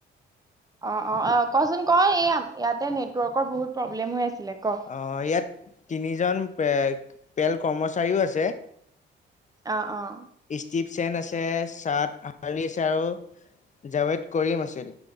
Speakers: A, on the right (about 20°); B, on the left (about 40°).
A: অ'অ'অ' কচোন ক'এইয়া ইয়াতে নেটৱৰ্কৰ বহুত প্ৰব্লেম হৈ আছিলে ক'?
B: অ' ইয়াত তিনিজন পে-পেল কৰ্মচাৰীও আছে।
A: অ'অ'।
B: ষ্টিভ চেন আছে, চাৰ্ট <unintelligible> আৰু জাৱেদ কৰিম আছিল,